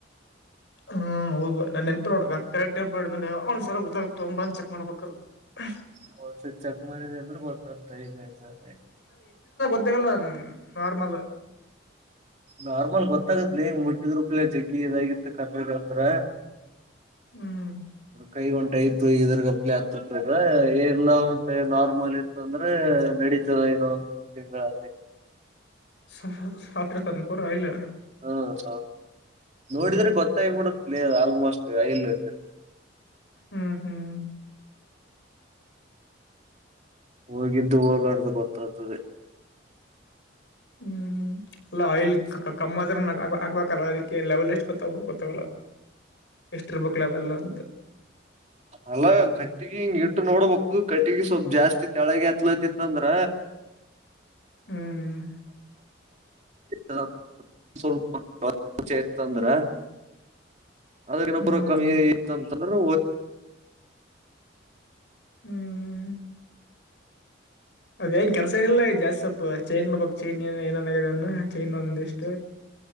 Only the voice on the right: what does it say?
ಹೋಲ್ಸಲ್ ಚೆಕ್ ಮಾಡಿದೆ ಅಂದ್ರರು ಗೊತ್ತಾಗತ ಇಂಗ
ನಾರ್ಮಲ್ ಗೊತ್ತಾಗತ್ ನೀ ಮುಟ್ಟಿದ್್ರೂಪಲೆ ಜಗ್ಗಿ ಇದಾಗಿತ್ತ ಕರ್ಗ ಅಂದ್ರ
ಕೈ ಒಂದ್ ಟೈಪ್ ಇದ್ರಗಪ್ಲೆ ಆತದ್ರ ಎಲ್ಲ ಒ ನಾರ್ಮಲ್ ಇತ್ತ ಅಂದ್ರೆೆ ನಡಿತದ ನೊಂದು ತಿಂಗಳು
ಹಾ ಸೌ ನೋಡಿದ್ರೆ ಗೊತ್ತಾಗಬಿಡ ಪ್ಲೇ ಆಲ್ಮೋಸ್ಟ್ ಐಲ್್ದ
ಹೋಗಿದ್ದು ಹೋಲಾರ್ದು ಗೊತ್ತಾಗ್ತದೆ
ಅಲ ಕಿ ಹಿಂಗ ಇಟ್ಟು ನೋಡ್ಬೇಕು ಕಟ್ಟಿಗೆ ಸ್ವಲ್ಪ್ ಜಾಸ್ತಿ ತಳಗ ಹತ್ಲತಿತ್ತಂದ್ರ
ವಪ ಚೇತಂದ್ರ ಅದಕ್ಕನ
ಪುರಕಿ ಇತ್ತಂತಂದ್ರೆ